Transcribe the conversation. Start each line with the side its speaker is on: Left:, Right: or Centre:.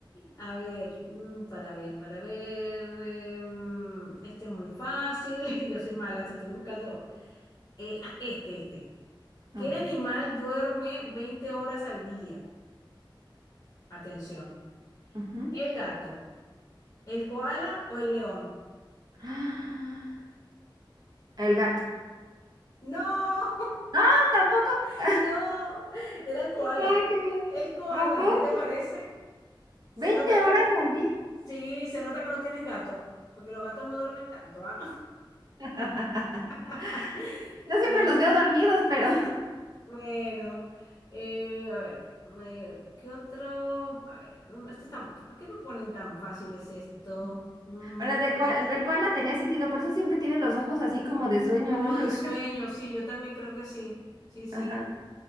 Left: A ver, mm, para ver, para ver. em, este es muy fácil, <laughs> yo soy mala, te estoy buscando. Eh, ah, este, este.
Right: A
Left: ¿Qué
Right: ver.
Left: animal duerme 20 horas al día? Atención.
Right: ujú.
Left: ¿El gato, el koala o el león?
Right: Ah, El gato.
Left: No,
Right: No, tampoco.
Left: <laughs>
Right: <laughs>
Left: no, era el koala.
Right: Ah, qué mal.
Left: El koala,
Right: ¿A poco?
Left: ¿qué te parece? Se
Right: 20
Left: nota
Right: horas
Left: que tú,
Right: al día.
Left: sí, se nota que no tienes gatos, porque los gatos no duermen tanto, ¿ah?
Right: <laughs>
Left: <laughs>
Right: Yo siempre
Left: Eh,
Right: los veo dormidos, pero.
Left: bueno, eh, a ver, eh, ¿qué otro? A ver, uno- este está, ¿por qué me ponen tan fáciles esto?
Right: <laughs>
Left: Mm.
Right: Bueno, el, de, ko- el del koala tenía sentido, por eso siempre tiene los ojos así como de sueño,
Left: Como
Right: ¿no? Yo
Left: de
Right: creo.
Left: sueño, sí, yo también creo que sí. Sí, sí.
Right: Ajá.